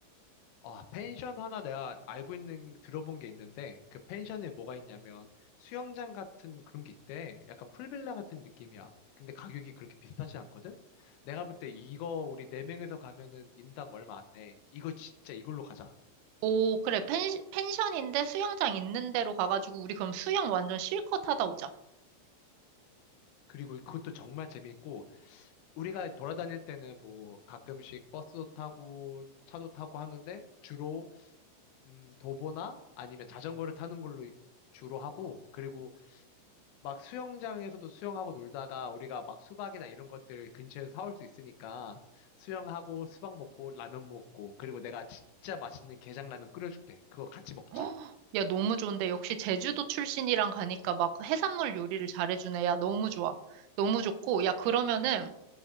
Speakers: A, on the left (about 80°); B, on the right (about 85°).
A: 아, 펜션 하나 내가 알고 있는, 들어본 게 있는데, 그 펜션에 뭐가 있냐면, 수영장 같은 그런 게 있대. 약간 풀빌라 같은 느낌이야. 근데 가격이 그렇게 비싸지 않거든? 내가 볼 때 이거 우리 네명에서 가면은 인당 얼마 안 내. 이거 진짜 이걸로 가자.
B: 오, 그래. 펜, 펜션인데 수영장 있는 데로 가가지고 우리 그럼 수영 완전 실컷 하다 오자.
A: 그리고 그것도 정말 재밌고, 우리가 돌아다닐 때는 뭐 가끔씩 버스도 타고, 차도 타고 하는데, 주로, 음, 도보나 아니면 자전거를 타는 걸로 주로 하고, 그리고 막 수영장에서도 수영하고 놀다가 우리가 막 수박이나 이런 것들 근처에서 사올 수 있으니까 수영하고 수박 먹고 라면 먹고 그리고 내가 진짜 맛있는 게장라면 끓여줄게. 그거 같이 먹자.
B: 헉, 야, 너무 좋은데. 역시 제주도 출신이랑 가니까 막 해산물 요리를 잘해주네. 야, 너무 좋아. 너무 좋고. 야, 그러면은,